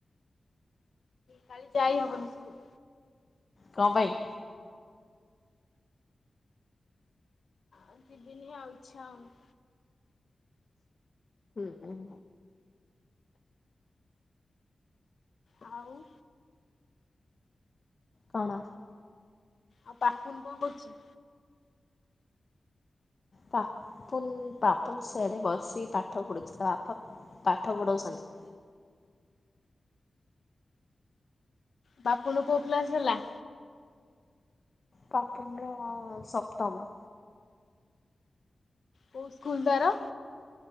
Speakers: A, on the left (about 65°); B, on the left (about 45°).
A: କାଲି ଯାଇ ହବନି ସ୍କୁଲ।
B: କ ପାଇଁ।
A: ଆ ଯିବିନି ଆଉ ଇଛା ହଉନି।
B: ହୁଁ ହୁଁଁ।
A: <unintelligible> ଆଉ।
B: କଣ?
A: ଆଉ ପାପୁନ୍ କଅ କରୁଚି?
B: ପାପୁନ୍ ପାପୁନ୍ ସିଆଡ଼େ ବସି ପାଠ ପଢ଼ୁଛି ତା ବାପା ପାଠ ପଢ଼ାଉଛନ୍ତି।
A: ବାପୁନୁ କୋଉ କ୍ଲାସ ହେଲା।
B: ପାପୁନ୍ ରଅ ସପ୍ତମ।
A: କୋଉ ସ୍କୁଲ ତାର।